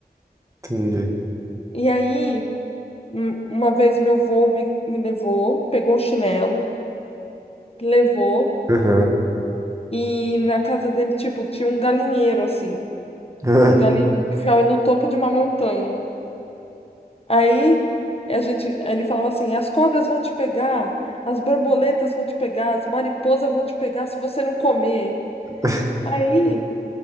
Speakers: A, on the right; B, on the left.
A: entendi.
B: E aí, um- uma vez meu avô me, me levou, pegou o chinelo, me levou,
A: Uhum,
B: e na casa dele, tipo, tinha um galinheiro assim.
A: uhum.
B: Um galinheiro que ficava no topo de uma montanha. Aí a gente, ele falava assim: as cobras vão te pegar, as borboletas vão te pegar, as mariposas vão te pegar se você não comer.
A: <laughs>
B: Aí